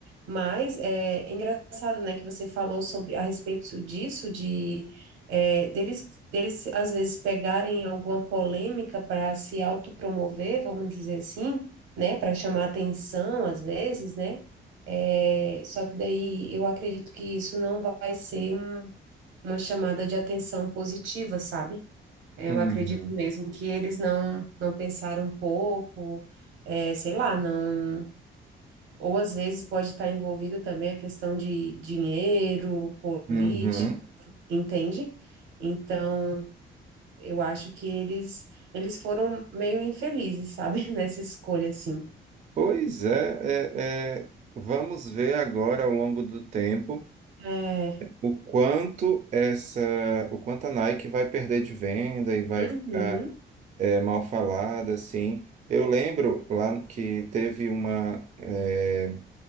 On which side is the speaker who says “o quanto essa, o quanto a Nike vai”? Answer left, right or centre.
Right